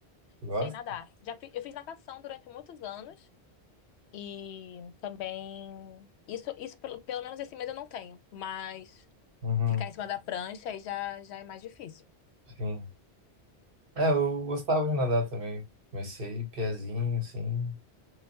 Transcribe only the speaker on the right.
Gosta?
Uhum,
sim. É, eu gostava de nadar também. Comecei piazinho, assim.